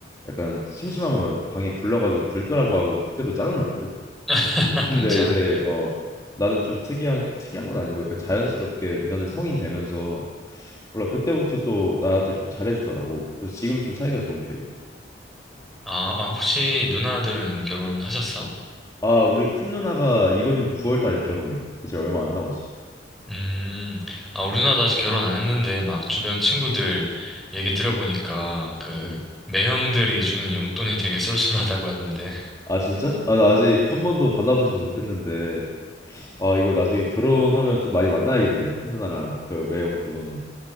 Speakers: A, on the left; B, in the centre.
A: 약간 심심하면 방에 불러가지고 불 끄라고 하고 그때부터 짜증 났거든.
B: <laughs>
A: 근데
B: 진짜?
A: 이제 어 나는 좀 특이한 특이한 건 아니고 약간 자연스럽게 누나들 성인 되면서 몰라 그때부터 또 나한테 좀 잘해주더라고. 그래서 지금 좀 사이가 좋은 편이야.
B: 아, 아, 혹시 누나들은 결혼하셨어?
A: 아 우리 큰 누나가 이번 연도 9월 달에 결혼해. 이제 얼마 안 남았어.
B: 음, 아, 우리 누나도 아직 결혼 안 했는데 막 주변 친구들 얘기 들어보니까 그
A: 응.
B: 매형들이 주는 용돈이 되게 쏠쏠하다고 하던데.
A: 아 진짜? 아 나 아직 한 번도 받아보진 못했는데 아 이거 나중에 결혼하면 좀 많이 만나야겠네. 큰 누나랑 그 매형분.